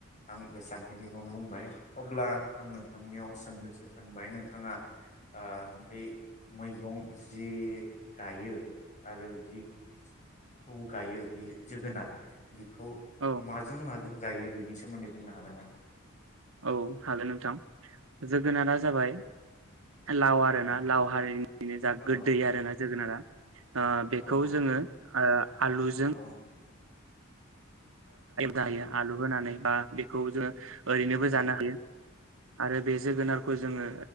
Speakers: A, on the left; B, on the right.
A: आं बेसांखिनिखौ बुंबाय। अब्ला आं नोंथांनियाव सोंनोसै। सानबाय नोंथाङा ओ बे मैगं। जि गायो। आरो जि खौ गायो बे जोगोनार। बिखौ
B: औ
A: माजों माजों जायो बिनि सोमोन्दै बुंनो हागोनदां?
B: औ हागोन नोंथां जोगोनारा जाबाय लाव आरो
A: औ
B: ना लाव हारिनिनो जा
A: औ
B: गोदै आरोना जोगोनारा बेखौ
A: औ
B: जोङो आलुजों
A: औ
B: जायो। आलु होनानै बा बेखौ जोङो ओरैनोबो
A: औ
B: जानो हायो। आरो बे जोगोनारखौ जोङो